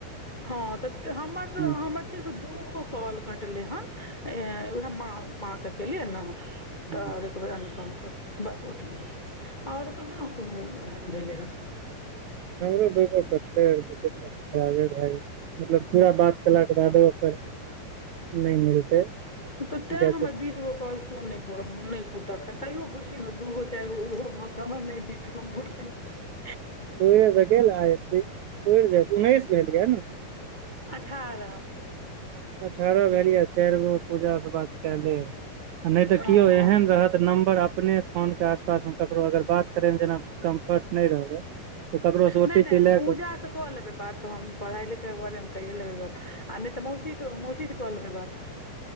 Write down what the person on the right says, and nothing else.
हम्म,
हम्म,
हमरो <inaudible> खराबे भए गेलै मतलब पूरा बात केलाके बादो ओकर नहि मिलतै
जैसे
होये त गेल आइ पुइर जैत उन्नैस भेल यैऽ न
अठारह भेल ये‌ऽ चारि गो पूजा स बात कै लेब आ नहि तऽ
केओ
एहन रहत तऽ नम्बर अपने फोनके आसपासमे ककरो अगर बात करैमे जेना कम्फर्ट नय रहबै तऽ ककरोसँ ओ
टी
पी लए
कऽ